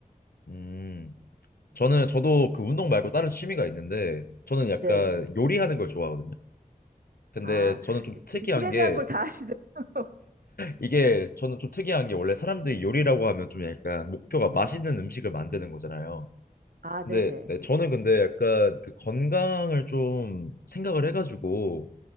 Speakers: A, on the left (about 90°); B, on the right (about 75°).
A: 음, 저는 저도 그 운동 말고 다른 취미가 있는데 저는 약간
B: 네.
A: 요리하는 걸 좋아하거든요. 근데
B: 아,
A: 저는 좀 특이한
B: 그 트렌디한
A: 게
B: 걸 다 하시네. <laughs>
A: 이게 저는 좀 특이한 게 원래 사람들이 요리라고 하면 좀 약간 목표가 맛있는 음식을 만드는 거잖아요.
B: 아,
A: 근데
B: 네네.
A: 네, 저는 근데 약간 그 건강을 좀 생각을 해가지고